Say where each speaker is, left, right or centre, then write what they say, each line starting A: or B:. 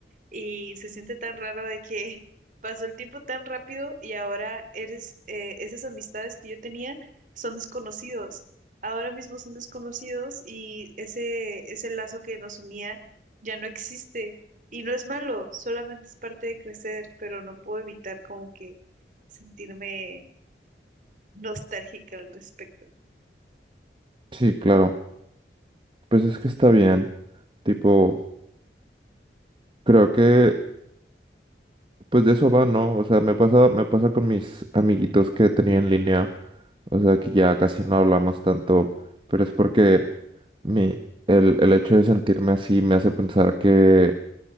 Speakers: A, on the right; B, on the right.
A: y se siente tan raro de que <laughs> pasó el tiempo tan rápido y ahora eres, eh, esas amistades que yo tenía son desconocidos. Ahora mismo son desconocidos y ese, ese lazo que nos unía ya no existe. Y no es malo, solamente es parte de crecer, pero no puedo evitar como que sentirme nostálgica al respecto.
B: Sí, claro. Pues es que está bien. Tipo, creo que, pues de eso va, ¿no? O sea, me pasa, me pasa con mis amiguitos que tenía en línea. O sea, que ya casi no hablamos tanto, pero es porque mi, el, el hecho de sentirme así me hace pensar que